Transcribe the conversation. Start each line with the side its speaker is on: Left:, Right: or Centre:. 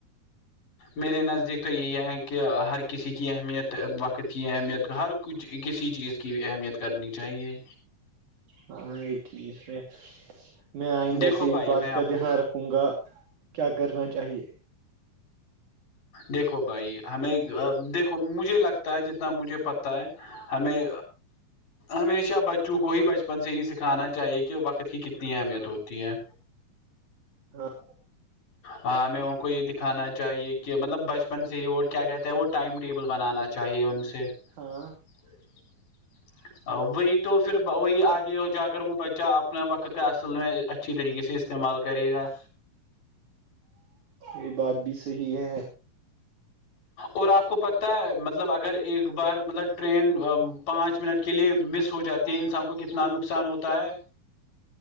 Left: میرے نزدیک تو یہی ہے کہ ہر کسی کی اہمیت وقت کی اہمیت ہر کچھ کسی چیز کی اہمیت کرنی چاہیے
Right: ہاں یہ ٹھیک ہے میں آئندہ
Left: دیکھو
Right: سے
Left: بھائی
Right: اس بات
Left: میں آپ
Right: کا دھیان
Left: کو
Right: رکھ ہووں گا کیا کرنا چاہیے
Left: دیکھو بھائی ہمیں دیکھو مجھے لگتا ہے جتنا مجھے پتا ہوتا ہے ہمیں ہمیشہ بچوں کو ہی بچپن سے یہ سکھانا چاہیے کہ وقت کی کتنی اہمیت ہوتی ہے
Right: ہاں
Left: ہاں ہمیں ان کو یہ دکھانا چاہیے کہ مطلب بچپن سے ہی وہ کیا کہتا ہے وہ ٹائم ٹیبل بنانا چاہیے ان سے
Right: ہاں
Left: <inaudible>
Right: <inaudible>
Left: وہی تو پھر وہی آگے ہو جا کر وہ بچہ اپنا وقت کا اصل میں اچھی طریقے سے استعمال کرے گا
Right: یہ بات بھی صحی ہے
Left: اور آپ کو پتہ ہے مطلب اگر ایک بار مطلب ٹرین پانچ منٹ کے لیے مس ہو جاتی ہے انسان کو کتنا نقصان ہوتا ہے